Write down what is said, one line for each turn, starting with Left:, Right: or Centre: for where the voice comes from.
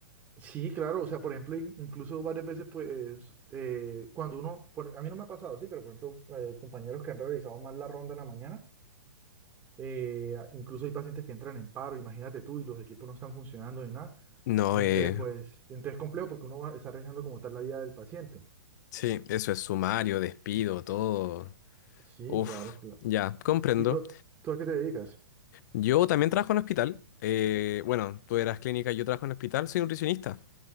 Right: Sí, claro, o sea, por ejemplo, in- incluso varias veces, pues, eh, cuando uno, por- a mí no me ha pasado, sí, pero por ejemplo, eh, compañeros que han realizado mal la ronda en la mañana Eh, incluso hay pacientes que entran en paro, imagínate tú, y los equipos no están funcionando ni nada.
Left: No,
Right: Entonces,
Left: eh,
Right: pues, entonces es complejo porque uno va, está arriesgando como tal la vida del paciente.
Left: sí, eso es sumario, despido, todo.
Right: Sí,
Left: Uf,
Right: claro, claro.
Left: ya, comprendo.
Right: ¿Y, y tú, tú a qué te dedicas?
Left: Yo también trabajo en hospital. Eh, bueno, tú eras clínica, yo trabajo en hospital, soy nutricionista.